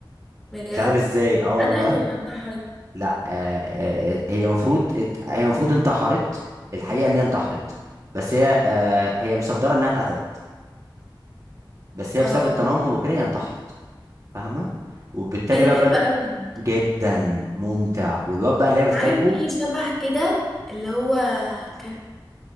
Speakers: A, in the centre; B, on the right (about 40°).
A: بجد
B: مش عارف إزاي أه والله
A: اتقطعت ولا انتحرت
B: لا آه آه آه، هي المفروض ات... هي المفروض انتحرت الحقيقة إن هي انتحرت بس هي آه هي مصدرة إنها اتقتلت بس
A: اه
B: هي بسبب التنمر وكده هي انتحرت فاهمة وبالتالي
A: ايه
B: بقى
A: ده حلوة
B: بدأ
A: قوي دي
B: جدا ممتع والواد بقى اللي هي بتحبه
A: عارف ايه اللي شبه كده اللي هو كان